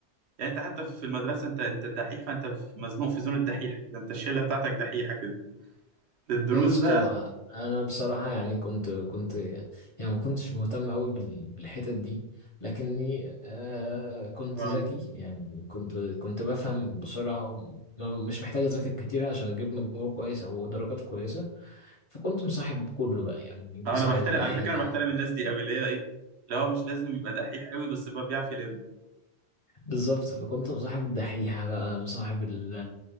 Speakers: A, on the right; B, on the left.
A: يعني انت حتى في المدرسه انت انت الدحيح فانت في- مزنوق في زون الدحيح كده انت الشله بتاعتك دحيحه كده الدروس
B: يا اسطى
A: بقى
B: انا بصراحه يعني كنت كنت يعني ما كنتش مهتم قوي بال- بالحتت دي لكني آه كنت
A: اه
B: ذكي يعني كنت كنت بفهم بسرعه وما- مش محتاج اذاكر كتير عشان اجيب مجموع كويس او درجات كويسه فكنت مصاحب كله بقى يعني مصاحب
A: آه، انا بحترم
B: الدحيحه
A: على فكره انا بحترم الناس دي قوي اللي هي ايه اللي هو مش لازم يبقى دحيح قوي بس بقى بيعرف يلم
B: بالظبط فكنت مصاحب الدحيحة بقى مصاحب ال